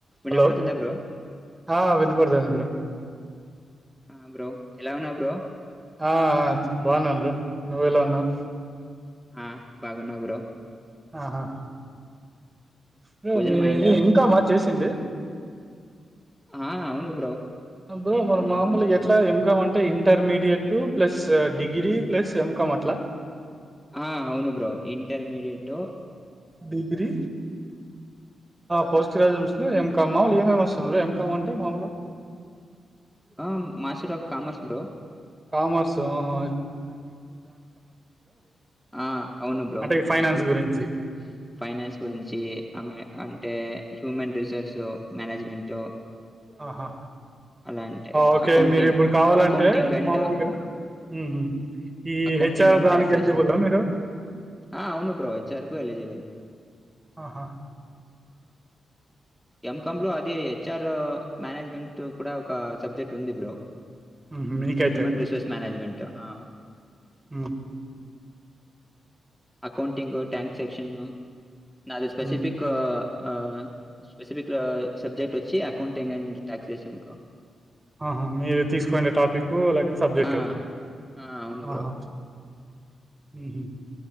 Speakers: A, in the centre; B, on the right.
A: వినపడుతుందా
B: Hello
A: bro
B: ఆ వినపడతాంది bro
A: ఆ బ్రో ఎలా ఉన్నావ్ బ్రో
B: ఆ ఆ బాగున్నాము బ్రో నువ్వెలా ఉన్నావ్
A: ఆ బాగున్నా బ్రో
B: ఆహా బ్రో
A: భోజనం
B: మిరేది
A: అయిందా
B: ఇంకా మ చేసింది
A: ఆ అవును బ్రో
B: బ్రో
A: ఎంకమ్
B: మరి మామూలు
A: ఎంకమ్ చేసిన
B: ఎట్లా ఏం కమ్ అంట intermediate plus degree plus MCom అట్లా
A: ఆ అవును bro intermediate to
B: degree post ఆ గ్రాజ్యుషన్ ఏం ఇంకా మాములు ఏమేమి వస్తుంది ఎం కామ్ అంటే మాములు
A: ఆ master of commerce bro
B: commerce ఉహు
A: ఆ అవును బ్రో
B: అంటే ఈ ఫైనాన్స్
A: మాస్టర్ ఆఫ్
B: గురించి
A: కామర్స్ ఫైనాన్స్ గురించి ఆమె టె హ్యూమన్ రిసోర్సు మేనేజ్మెంట్
B: ఆహా
A: అలా అంటే
B: ఓకే
A: అకౌంటింగ్
B: మీరు ఇప్పుడు కావాలంటే
A: అకౌంటింగ్ అండ్
B: మామూలుగా ఉమ్ ఉమ్. ఈ
A: అకౌంటింగ్
B: హెచ్ఆర్
A: అండ్
B: దానికి
A: టక్సేషన్
B: ఎలిజిబుల్
A: బ్రో
B: మీరు
A: అవును బ్రో హెచ్చర్కు ఎలిజిబల్
B: ఆహా
A: ఎంకామ్ లో అది హెచ్ఆర్ మేనేజ్మెంట్ కూడా ఒక సబ్జెక్ట్ ఉంది బ్రో
B: ఉహు మీకైతే
A: హ్యూమన్ రిసోర్స్ మేనేజ్మెంట్ ఆ
B: ఉమ్
A: అకౌంటింగ్ ట్యాంక్ సెక్షన్ ను నాది స్పెసిఫిక్
B: ఉ
A: ఆ స్పెసిఫిక్ సబ్జెక్ట్ వచ్చి అకౌంటింగ్ అండ్ టాక్సేషన్
B: ఆహా మీరు తీసుకునే టాపిక్ సబ్జెక్ట్
A: ఆ! ఆ! అవును
B: ఆహా
A: బ్రో.
B: ఉహు